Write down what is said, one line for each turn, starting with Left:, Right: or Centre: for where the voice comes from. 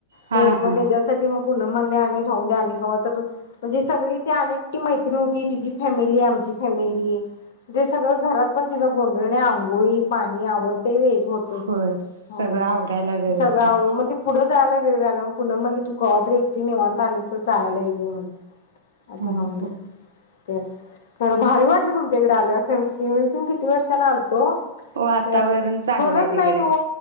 Right: हा
Left: ते मग
Right: हा
Left: त्याच्यासाठी मग पुणम म्हणल्या आणि राहू द्या आणिक तवा तर म्हणजे सगळी ते अनेकटी मैत <unintelligible> तिजी फॅमिली आमची फॅमिली ते सगळं घरात पण तिचा गोंधळण आणि आंघोळी, पाणी आवरतंय होय. होतंय
Right: होय सगळं
Left: होय
Right: आवरायला वेळ
Left: सगळ
Right: होतोय
Left: आवरुन मग ते पुढ जायला वेळ व्हायला मग पुन्हा म्हणली तू कवातरी एकटी निवांत आलीस तर जायला ईल बाई म्हण आता
Right: हम्म हम्म
Left: राहु दे. खरं भारी वाटलं तुमच्या इकडे आल्याव खरच कि मी किती वर्षान आलतो,
Right: वातावरण
Left: तर
Right: चांगलं
Left: खरंच
Right: आहे
Left: नाही
Right: तिकडे
Left: हो